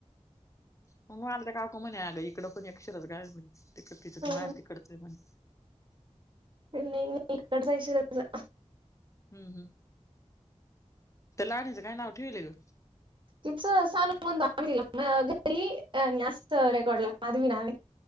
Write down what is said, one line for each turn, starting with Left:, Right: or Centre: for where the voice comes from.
Left: मगवाले तर काकूम नाही आहे ग इकडं पण अक्षरच गाय म्हणे ति
Right: हं.
Left: मरतीिकडचं आहे म्हणे
Right: नाही नाही इकडचाशचा
Left: हम्म हम्म त्यालाणीच काय ना उ ठेवले ग
Right: तिचं सानू म्हून द तिला घरीस्त रेकॉर्ड ला माधवी ना